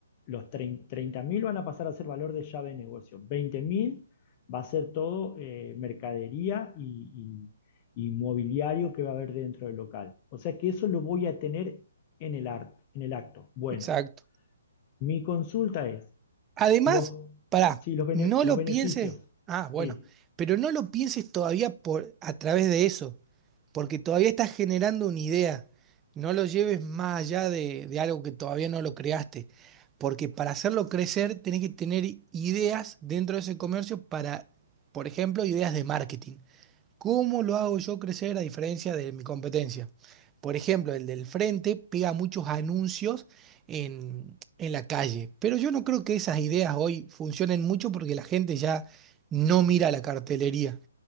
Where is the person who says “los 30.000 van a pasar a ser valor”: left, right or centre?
Left